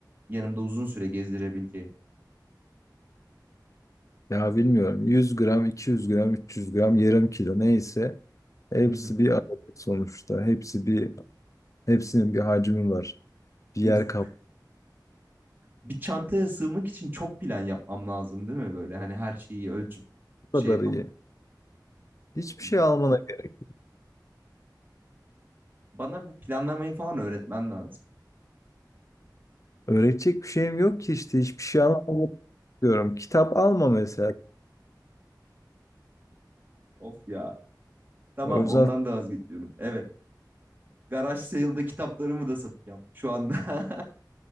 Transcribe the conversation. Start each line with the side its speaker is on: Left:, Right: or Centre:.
Right: Yanımda uzun süre gezdirebileceğim.
Left: Ya bilmiyorum 100 gram, 200 gram, 300 gram, yarım kilo neyse hepsi
Right: Hı
Left: bir adet sonuçta. Hepsi bir hepsinin bir hacmi var. Bir yer
Right: hı. <laughs>
Left: kap
Right: bir çantaya sığmak için çok plan yapmam lazım değil mi böyle? Hani her şeyi ölçüp şey
Left: bu kadar
Right: yapıp
Left: iyi. Hiçbir
Right: Hmm.
Left: şey almana gerek.
Right: bana bu planlamayı falan öğretmen lazım.
Left: Öğretecek bir şeyim yok ki işte hiçbir şey almamı diyorum. Kitap alma mesela.
Right: Of ya. Tamam
Left: O yüzden
Right: ondan da vazgeçiyorum. Evet. Garaj sale'da kitaplarımı da satacağım şu anda. <laughs>